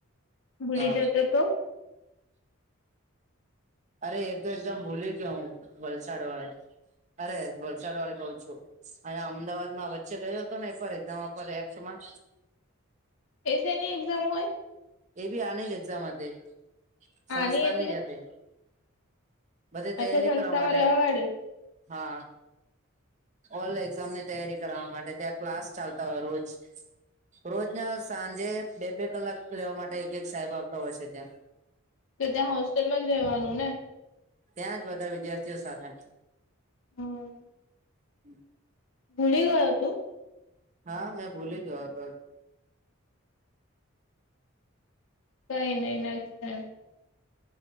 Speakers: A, on the left; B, on the right.
A: ભૂલી
B: હા
A: જતો તો
B: અરે એ તો એકદમ ભૂલી જયો હું વલસાડ વાળે અરે વલસાડ વાળે કઉ છું. અહીંયા અમદાવાદમાં વચ્ચે ગયો હતો ને એકવાર એક્ઝામ આપવા રેક્સમાં.
A: એ શેની એક્ઝામ હોય?
B: એબી આની જ એક્ઝામ હતી. સંસ્કારની
A: આની એટલે
B: જ હતી. બધી તૈયારી
A: અચ્છા સંસ્થામાં
B: કરવા માટે
A: રહેવા વાળી
B: હા. ઓલ એક્ઝામની તૈયારી કરાવા માટે ત્યાં ક્લાસ ચાલતા હોય રોજ. રોજના સાંજે બે બે કલાક લેવા માટે એક એક સાહેબ આવતા હોય છે ત્યાં.
A: કે ત્યાં હોસ્ટેલમાં જ રહેવાનું ને?
B: ત્યાં જ બધા વિદ્યાર્થીઓ સાથે.
A: હમ,
B: હમ
A: ભૂલી ગયો તું?
B: હા મેં ભૂલી ગયો હતો.
A: કઈ નહીં નેક્સ્ટ ટાઈમ.